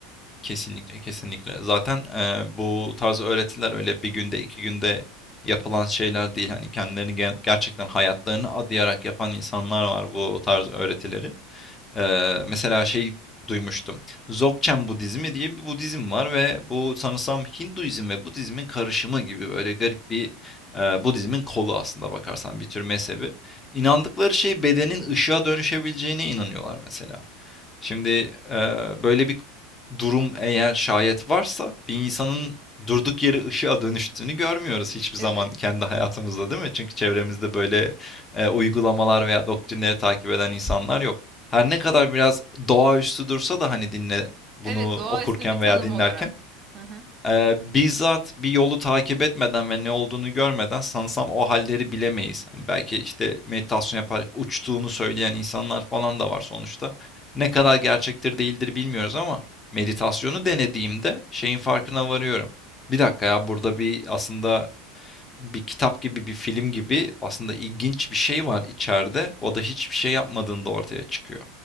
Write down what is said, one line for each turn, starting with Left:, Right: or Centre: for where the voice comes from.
Left: Kesinlikle, kesinlikle. Zaten, eee, bu tarz öğretiler öyle bir günde, 2 günde yapılan şeyler değil. Hani, kendilerini ger gerçekten hayatlarını adayarak yapan insanlar var bu tarz öğretileri. Eee, mesela şey duymuştum. Dzogchen Budizmi diye bir Budizm var ve bu sanırsam Hinduizm ve Budizmin karışımı gibi böyle garip bir, eee, Budizmin kolu aslında bakarsan, bir tür mezhebi. İnandıkları şey bedenin ışığa dönüşebileceğine inanıyorlar mesela. Şimdi eee, böyle bir durum eğer şayet varsa bir insanın durduk yere ışığa dönüştüğünü görmüyoruz hiçbir
Right: Evet.
Left: zaman kendi hayatımızda değil mi? Çünkü çevremizde böyle eee, uygulamalar veya doktrinleri takip eden insanlar yok. Her ne kadar biraz doğaüstü dursa da hani dinle bunu
Right: Evet, doğaüstü
Left: okurken
Right: bir tanım
Left: veya dinlerken
Right: olarak. Hı hı.
Left: Eee, bizzat bir yolu takip etmeden ve ne olduğunu görmeden sanırsam o halleri bilemeyiz. Hani belki işte meditasyon yaparak uçtuğunu söyleyen insanlar falan da var sonuçta. Ne kadar gerçektir değildir bilmiyoruz ama meditasyonu denediğimde şeyin farkına varıyorum. Bir dakika ya burada bir aslında bir kitap gibi bir film gibi aslında ilginç bir şey var içeride. O da hiçbir şey yapmadığında ortaya çıkıyor.